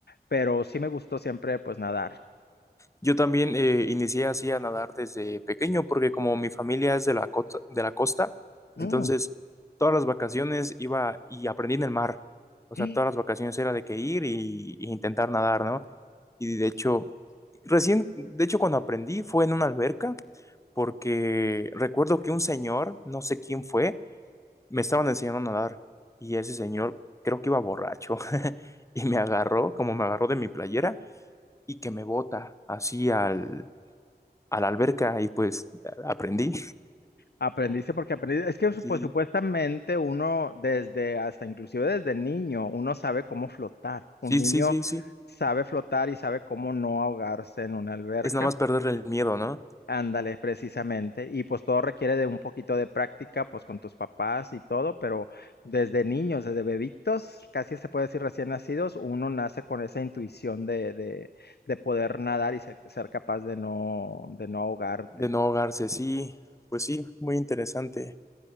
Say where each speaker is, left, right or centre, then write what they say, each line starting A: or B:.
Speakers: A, on the left; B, on the left.
A: pero sí me gustó siempre, pues, nadar.
B: Yo también eh, inicié así a nadar desde pequeño, porque como mi familia es de la costa, de la costa,
A: Mm.
B: entonces todas las vacaciones iba y aprendí en el mar. O
A: <gasps>
B: sea, todas las vacaciones era de que ir y, y intentar nadar, ¿no? Y de hecho, recién, de hecho, cuando aprendí fue en una alberca, porque recuerdo que un señor, no sé quién fue, me estaban enseñando a nadar y ese señor creo que iba borracho <laughs> y me agarró, como me agarró de mi playera y que me bota así al a la alberca y pues a- aprendí.
A: Aprendiste porque aprendiste, es que su-
B: Sí,
A: pues supuestamente uno desde, hasta inclusive desde niño, uno sabe cómo flotar. Un
B: sí,
A: niño
B: sí, sí, sí.
A: sabe flotar y sabe cómo no ahogarse en una alberca.
B: Es nada más perderle el miedo, ¿no?
A: Ándale, precisamente. Y pues todo requiere de un poquito de práctica, pues con tus papás y todo, pero desde niños, desde bebitos, casi se puede decir recién nacidos, uno nace con esa intuición de, de, de poder nadar y se- ser capaz de no, de no ahogarte.
B: De no ahogarse, sí. Pues sí, muy interesante.